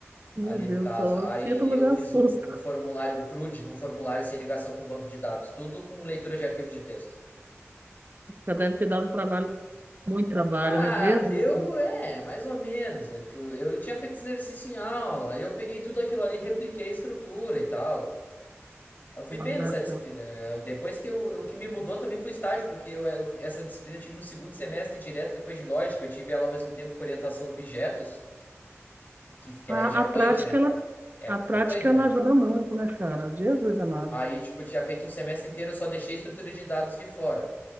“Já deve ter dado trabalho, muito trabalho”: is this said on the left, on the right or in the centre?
Right